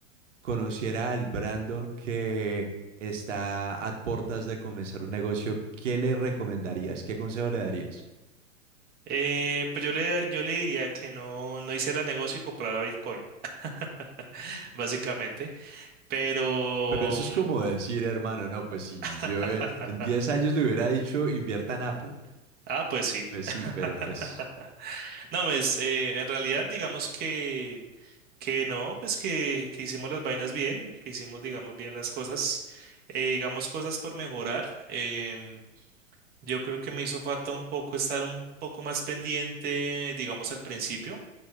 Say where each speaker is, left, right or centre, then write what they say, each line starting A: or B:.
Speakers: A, on the right; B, on the right.
A: conociera al Brandon que está a puertas de comenzar un negocio, ¿qué le recomendarías? ¿Qué consejo le darías?
B: Eh, pues yo le, yo le diría que no, no hice el negocio y comprara Bitcoin, <laughs> básicamente. Pero...
A: Pero eso es como decir, hermano, no, pues si
B: <laughs>
A: yo eh, en 10 años le hubiera dicho, invierta en Apple.
B: Ah, pues sí.
A: Pues sí,
B: <laughs>
A: pero pues.
B: No, pues eh, en realidad digamos que, que no, pues que, que hicimos las vainas bien, que hicimos digamos bien las cosas, eh, digamos cosas por mejorar. em, yo creo que me hizo falta un poco estar un poco más pendiente, digamos al principio.